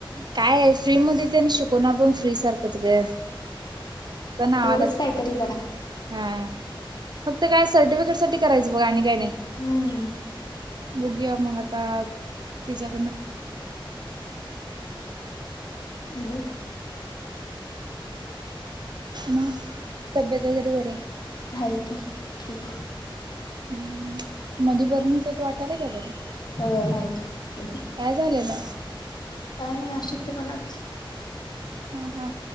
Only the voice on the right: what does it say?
काय फ्री मधे त्यांनी शिकवना पण फ्री सारखंच ग
त्या नावालाच
की.
हा फक्त काय सर्टिफिकेट साठी करायचं बघ आणि काय नाही.
बघूया मग आता तिज्या
मग तब्येत वगैरे बरी आहे.
ह मध्ये बर नव्हत आता वाटालाय काय बरं?
काय झालेलं?
हा हा